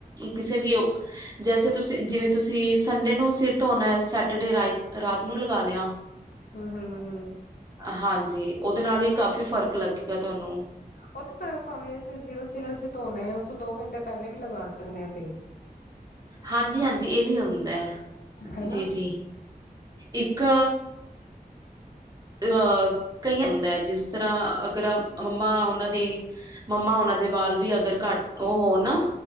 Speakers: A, on the right (about 25°); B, on the left (about 70°).
A: ਈ ਕਿਸੇ ਵੀ ਓ, ਜੈਸੇ ਤੁਸੀਂ ਜਿਵੇਂ ਤੁਸੀਂ ਸੰਡੇ ਨੂੰ ਸਿਰ ਧੋਣਾਂ, ਸੈਟਰਡੇ ਰਾਈ ਰਾਤ ਨੂੰ ਲਗਾਂ ਲਿਆ।
B: ਹੂੰ -ਹੂੰ-ਹੂੰ-ਹੂੰ।
A: ਹਾਂਜੀ ਉਹਦੇ ਨਾਲ ਹੀ ਕਾਫ਼ੀ ਫ਼ਰਕ ਲੱਗੇਗਾ ਤੁਹਾਨੂੰ।
B: ਉਹ ਤਾਂ ਭਾਵੇਂ ਅਸੀਂ ਜਦੋਂ ਸਿਰ ਅਸੀਂ ਧੋਣਾ ਏ ਉਸ ਤੋਂ ਦੋ ਘੰਟੇ ਪਹਿਲੇ ਵੀ ਲਗਾ ਸਕਨੇ ਆ ਤੇਲ।
A: ਹਾਂਜੀ- ਹਾਂਜੀ ਇਹ ਵੀ ਹੁੰਦਾ ਐ
B: ਹੈਨਾ
A: ਜੀ- ਜੀ ਇੱਕ ਅਹ ਕਈਆਂ ਨੂੰ ਹੁੰਦਾ, ਜਿਸ ਤਰ੍ਹਾਂ ਅਗਰ ਮੰਮਾ ਉਹਨਾਂ ਦੀ ਮੰਮਾ ਹੋਨਾਂ ਦੇ ਵਾਲ ਵੀ ਅਗਰ ਘੱਟ ਉਹ ਹੋ ਨਾ